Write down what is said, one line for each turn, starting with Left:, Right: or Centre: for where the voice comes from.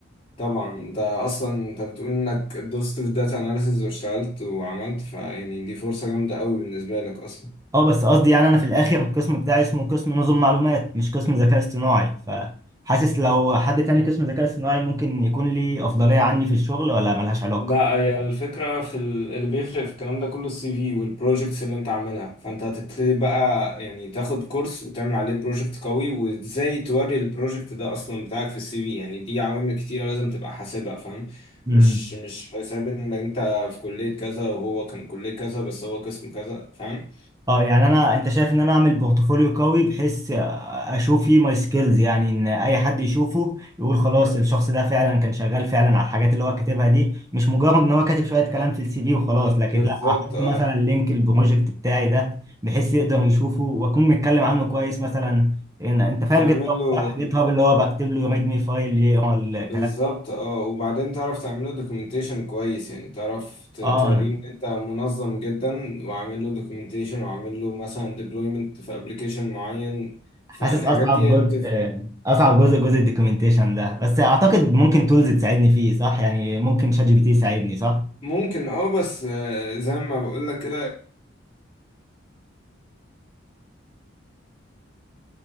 Left: طبعا انت اصلا انت بتقول انك دوست في داتا اناليسز واشتغلت وعملت فيعني دي فرصة جامدة قوي بالنسبة لك اصلا
Right: اه بس قصدي يعني انا في الاخر القسم بتاعي اسمه قسم نظم معلومات مش قسم ذكاء اصطناعي فحاسس لو حد تاني قسم ذكاء اصطناعي ممكن يكون لي افضلية عني في الشغل ولا ملهاش علاقة
Left: لا هي الفكرة في ال- اللي بيفرق في الكلام ده كله السي في والبروجكتس اللي انت عاملها فانت هتبتدي بقى يعني تاخد كورس وتعمل عليه بروجكت قوي وازاي توري البروجكت ده اصلا بتاعك في السي في يعني دي عوامل كتيرة لازم تبقى حاسبها فاهم
Right: مم.
Left: مش مش حساب ان انت في كلية كذا وهو كان كلية كذا بس هو قسم كذا فاهم
Right: اه يعني انا انت شايف ان انا اعمل بورتفوليو قوي بحيث اشوف فيه ماي سكيلز يعني ان اي حد يشوفه يقول خلاص الشخص ده فعلا كان شغال فعلا على الحاجات اللي هو كاتبها دي مش مجرد ان هو كاتب شوية كلام في السي في وخلاص لكن
Left: بالظبط
Right: لا احط
Left: اه
Right: مثلا لينك البروجكت بتاعي ده بحيث يقدر يشوفه واكون متكلم عنه كويس مثلا إن انت فاهم
Left: تعمل
Right: جيت هاب
Left: له
Right: صح جيت هاب اللي هو بكتب له ريد مي فايل يقرا الكلام
Left: بالظبط اه وبعدين تعرف تعمله دوكيومنتيشن كويس يعني تعرف ت- توريه
Right: اه
Left: ان انت منظم جدا وعامل له دوكيومنتيشن وعامل له مثلا ديبلويمنت في ابلكيشن معين
Right: حاسس
Left: فالحاجات
Right: اصعب
Left: دي هي
Right: جزء
Left: اللي بتفرق
Right: اصعب جزء جزء الدوكيومنتيشن ده بس اعتقد ممكن تولز تساعدني فيه صح يعني ممكن شات جي بي تي يساعدني صح
Left: ممكن اه بس آه، زي ما بقول لك كده